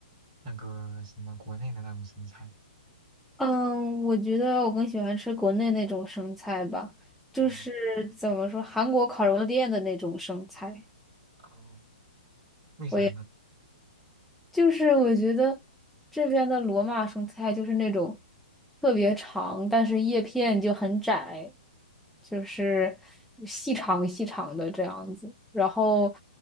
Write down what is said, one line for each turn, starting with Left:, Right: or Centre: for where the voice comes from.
Right: 那个什么国内的那种生菜？
Centre: 嗯，我觉得我更喜欢吃国内那种生菜吧，就是怎么说，
Right: 哦
Centre: 韩国烤肉店的那种生菜。
Right: 哦，为啥呢？
Centre: 我也。就是我觉得这边的罗马生菜就是那种特别长，但是叶片就很窄，就是细长细长的这样子。然后